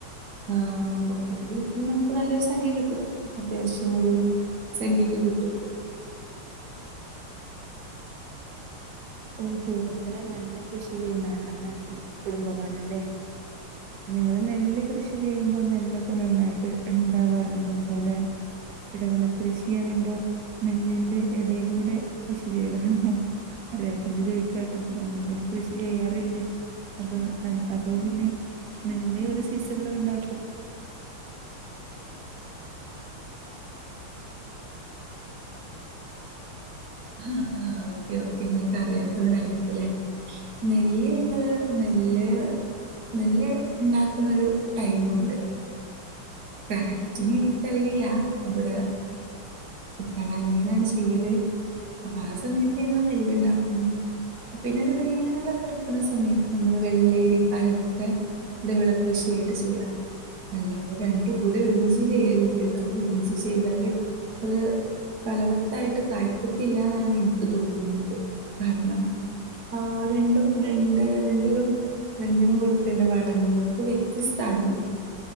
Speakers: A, on the right; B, on the right.
A: ആഹ പുറത്തേക്ക് വിൽക്കുമ്പോൾ നമുക്ക് നല്ലൊരു സംഖ്യ കിട്ടും അത്യാവശ്യ ഒരു സംഖ്യക്കെ കിട്ടും.
B: ഓഹോ അങ്ങനെ നല്ല കൃഷി ചെയ്യുന്ന ആളാണ്. കുടുംബമാണല്ലേ നിങ്ങള് നെല്ല് കൃഷി ചെയ്യുമ്പോ, നെല്ലൊക്കെ നന്നായിട്ട് ഇണ്ടാവാറുണ്ട്. അതുപോലെ ഇടവിള കൃഷി അറിയുമ്പോ നെല്ലിന്റെ ഇടയിലൂടെ കൃഷി ചെയ്യലാണ്. അറിയാത്തോണ്ട് ചോയ്ക്കാട്ടോ നമ്മളിങ്ങനെ കൃഷി ചെയ്യാറില്ലേ. അപ്പൊ അതോ പിന്നെ നെല്ല് ഒരു സീസണില് ഉണ്ടാ.
A: ഹാ ഹാ ഓക്കെ ഓക്കെ ഇങ്ങക്ക് അറിയാത്തോണ്ടായിരിക്കൂല്ലേ, നെല്ല് ങ്ങള് നെല്ല് നെല്ല് ണ്ടാക്കണരു ടൈമുണ്ട്. കറക്റ്റിന് എനിക്കറിയില്ല. ഇവിടെ ഇക്കാടെ അനിയനാണ് ചെയ്യല്. അപ്പൊ ആ സമയത്ത് ഞങ്ങള് നെല്ല്ണ്ടാക്കും. പിന്നെ ഒരു വേനലെക്കെട്ക്ക്ണ സമയത്ത് നമ്മള് വെള്ളേരി പയറൊക്കെ ഇടവിള കൃഷിയായിട്ട് ചെയ്യാറ് നല്ല രണ്ടു കൂടി ഒരുമിച്ച് ചെയ്യലില്ലട്ടോ. ഒരുമിച്ച് ചെയ്താല് അത് ഫലവത്തായിട്ട് കായ്ക്കത്തില്ലാന്നാണ് ഇൻക്ക് തോന്നുന്നത്, കാരണം ആ രണ്ടും രണ്ട് രണ്ടിനും രണ്ടിനും കൊടുക്കേണ്ട വളങ്ങളൊക്കെ വ്യത്യസ്താണല്ലോ.